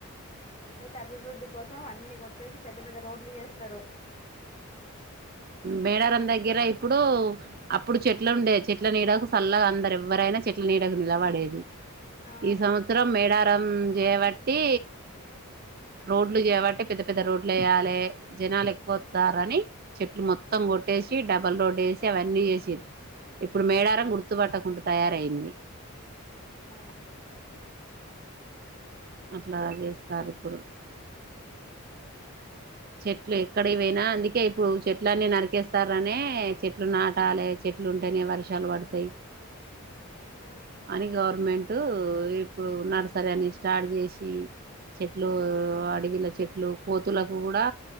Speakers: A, on the left; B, on the right.
A: కొట్టేసి అభివృద్ధి కోసం మెత్తం అన్ని కొట్టేసి పెద్ద పెద్ద రోడ్లు చేస్తరు
B: మేడారం దగ్గర ఇప్పుడు అప్పుడు చెట్లు ఉండే చెట్ చెట్ల నీడకు చల్లగా అందరు ఎవ్వరైనా చెట్ల నీడకు నిలబడేది
A: ఆ
B: ఈ సంవత్సరం మేడార మ్మ్ చేయబట్టి రోడ్లు చేబట్టి పెద్ద పెద్ద రోడ్ లేయాలే జనాలు ఎక్కువత్తారని చెట్లు మొత్తం
A: ఆ
B: కొట్టేసి డబల్ రోడ్ ఏసి అవన్నీ చేసి ఇప్పుడు మేడారం
A: ఆ
B: గుర్తుపట్టకుండా తయారయింది
A: చ్
B: ఇట్లా చేస్తారు ఇప్పుడు చెట్లు ఎక్కడకి పోయినా అందుకే ఇప్పుడు చెట్లన్నీ నరికేస్తారనే చెట్లు నాటాలే చెట్లు ఉంటేనే వర్షాలు పడతాయి
A: ఆ
B: అది గవర్నమెంట్ ఇప్పుడు నర్సరీ అని స్టార్ట్ చేసి చెట్లు అడవిలో చెట్లు కోతులకు కూడా